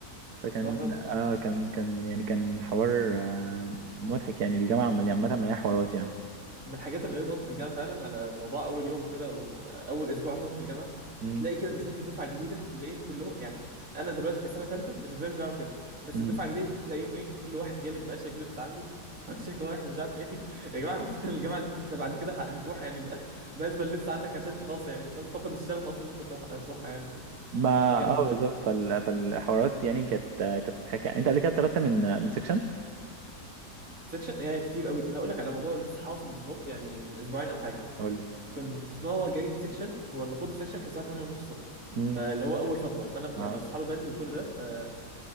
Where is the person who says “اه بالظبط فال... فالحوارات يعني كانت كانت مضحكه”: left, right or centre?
Right